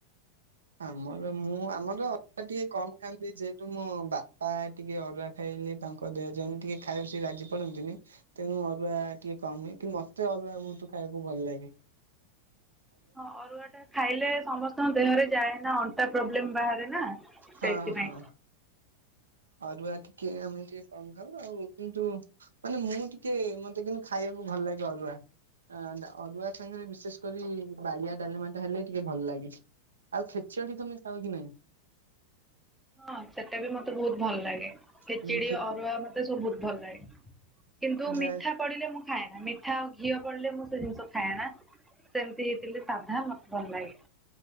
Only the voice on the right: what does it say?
ଆମର ମୁଁ ଆମର ଅରୁଆ ଟିକେ କମ ଖାଆନ୍ତି ଯେହେତୁ ମୋ ବାପା ଟିକେ ଅରୁଆ ଖାଇଲେ ତାଙ୍କ ଦେହ ଯାଏନ ଟିକେ ଖାଇବା ସେ ରାଜି ପଡନ୍ତିନି। ତେଣୁ ଅରୁଆ ଟିକେ କମ ହୁଏ। କିନ୍ତୁ ମତେ ଅରୁଆ ବହୁତ ଖାଇବାକୁ ଭଲ ଲାଗେ।
ହଁ ହଁ। ଅରୁଆ ଟିକେ ଆମେ ଟିକେ କମ ଖାଉ ଆଉ କିନ୍ତୁ ମାନେ ମୁଁ ଟିକେ ମତେ କିନ୍ତୁ ଖାଇବାକୁ ଭଲ ଲାଗେ ଅରୁଆ। ଅ ଅରୁଆ ସାଙ୍ଗରେ ବିଶେଷ କରି ବାଡ଼ିଆ ଡାଲମା ଟା ହେଲେ ଟିକେ ଭଲ ଲାଗେ। ଆଉ ଖେଚିଟି ତମେ ଖାଅ କି ନାଇ?
ଉଁ, ଖେ-
ବା-